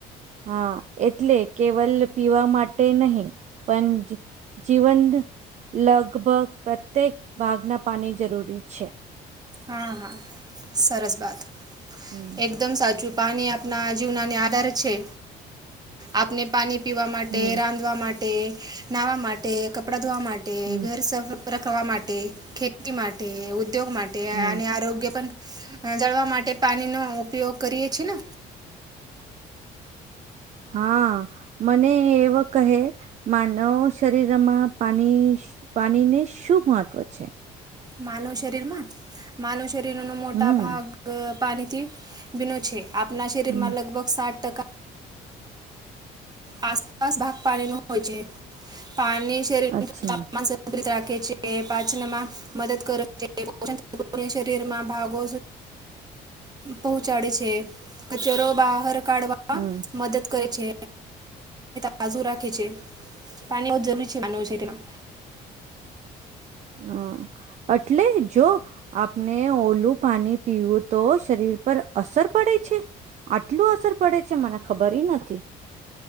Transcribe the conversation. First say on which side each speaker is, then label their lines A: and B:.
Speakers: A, on the right; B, on the right.
A: હા એટલે કેવલ પીવા માટે નહી પણ જીવન લગભગ પ્રત્યેક ભાગના પાણી જરૂરી છે.
B: હા હા સરસ બાત
A: હમ
B: એક મ સાચું પાણી આપના જીવનાને આધાર છે આપણે પાણી પીવા માટે
A: હમ
B: રાંધવા માટે નાહવા માટે કપડાં ધોવા માટે
A: હમ
B: ઘર સફર રખવા માટે ખેતી માટે, ઉદ્યોગ માટે,
A: હમ
B: અને આરોગ્ય પણ જળવા માટે પાણી નો ઉપયોગ કરીએ છીએ ને
A: હા. મને એવ કહે માનવ શરીરમાં પાણી પાણીને શું મહત્વ છે?
B: માનવ શરીર માં માનવ શરીર ન મોટા
A: હમ
B: ભાગ પાણીથી ભીનો છે આપણા શરીર
A: હમ
B: માં લગભગ સાત ટકા આસપાસ ભાગ પાણી ન હોય છે પાણી શરીર
A: અચ્છા
B: તાપમાન રાખે છે પાચનમાં મદદ કરે છે શરીરમાં ભાગો પહોંચાડે છે. કચરો બહાર કાઢવામાં
A: હમ
B: મદદ કરે છે. તાજુ રાખે છે પાણી હો જરૂરી છે માનય છે તેમાં
A: હા એટલે જો આપણે ઓલું પાણી પીવું તો શરીર પર અસર પડે છે. આટલું અસર પડે છે મને ખબર નથી